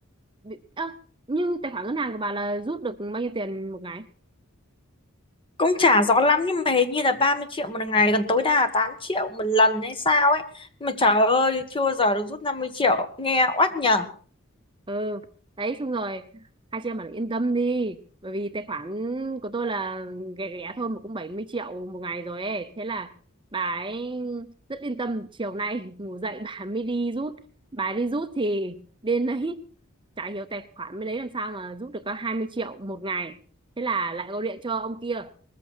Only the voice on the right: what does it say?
Bị- ơ, như tài khoản ngân hàng của bà là rút được bao nhiêu tiền một ngày
ừ đấy xong rồi hai chị em bảo là yên tâm đi bởi vì tài khoản của tôi là ghẻ ghẻ thôi mà cũng 70 triệu một ngày rồi ấy thế là bà ấy rất yên tâm chiều nay <laughs> ngủ dậy bà mới đi rút bà ấy đi rút thì đến đấy <laughs> chả hiểu tài khoản mới đấy làm sao mà rút được có 20 triệu một ngày thế là lại gọi điện cho ông kia